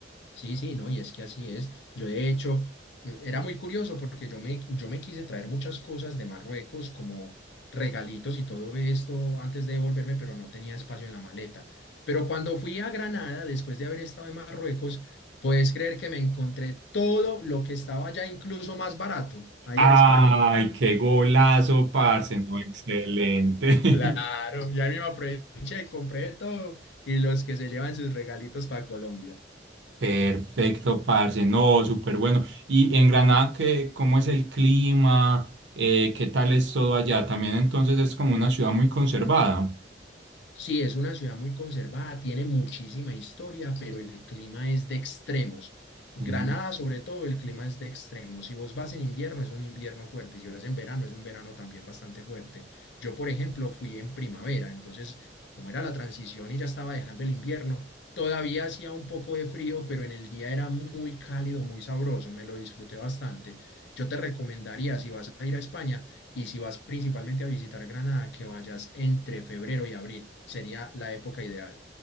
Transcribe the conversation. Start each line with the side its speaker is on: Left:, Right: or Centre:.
Left: sí, sí, no, y es que así es. Yo de hecho eh, era muy curioso porque yo me, yo me quise traer muchas cosas de Marruecos como regalitos y todo esto antes de devolverme, pero no tenía espacio en la maleta. Pero cuando fui a Granada, después de haber estado en Marruecos, puedes creer que me encontré todo lo que estaba ya incluso más barato ahí
Right: Ay,
Left: en España.
Right: qué golazo, parce, no, excelente. <laughs>
Left: Claro, ya mismo aproveché, compré todo y los que se llevan sus regalitos para Colombia.
Right: Perfecto, parce, no, súper bueno. ¿Y en Granada, qué, cómo es el clima? Eh, ¿qué tal es todo allá? También entonces es como una ciudad muy conservada.
Left: Sí, es una ciudad muy conservada, tiene muchísima historia, pero el clima es de extremos. Granada,
Right: Ujú.
Left: sobre todo, el clima es de extremos. Si vos vas en invierno, es un invierno fuerte. y Si vas en verano, es un verano también bastante fuerte. Yo, por ejemplo, fui en primavera, entonces, como era la transición y ya estaba dejando el invierno, todavía hacía un poco de frío, pero en el día era muy cálido, muy sabroso. Me lo disfruté bastante. Yo te recomendaría, si vas a ir a España, y si vas principalmente a visitar Granada, que vayas entre febrero y abril, sería la época ideal.